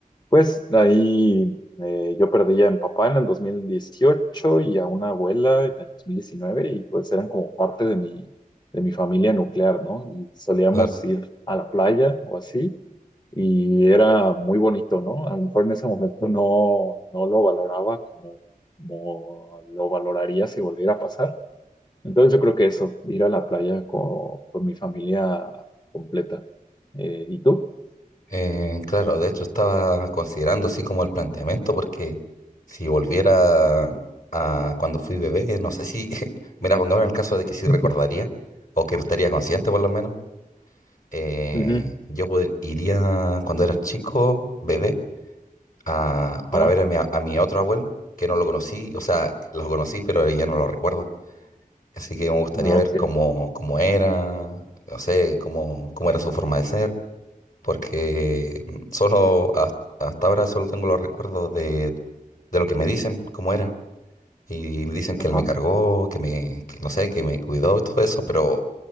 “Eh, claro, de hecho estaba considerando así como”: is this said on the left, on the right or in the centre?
Left